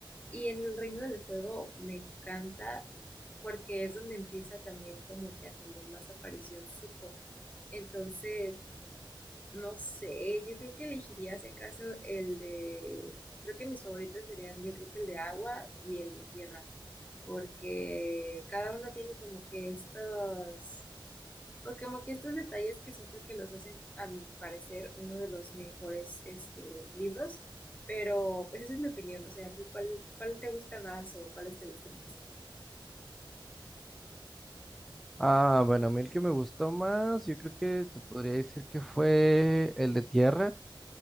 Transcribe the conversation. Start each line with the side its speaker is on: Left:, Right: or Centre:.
Left: y en el Reino del Fuego me encanta porque es donde empieza también como que a tener más aparición Zuko. Entonces, no sé, yo creo que elegiría si acaso el de, creo que mis favoritos serían yo creo que el de agua y el de tierra, porque cada uno tiene como que estos pues como que estos detalles que siento que los hacen, a mi parecer, uno de los mejores este, libros, pero pues esa es mi opinión, o sea, ¿a ti cuál, cuál te gusta más o cuáles te gustan más?
Centre: Ah, bueno, a mí el que me gustó más, yo creo que te podría decir que fue el de Tierra.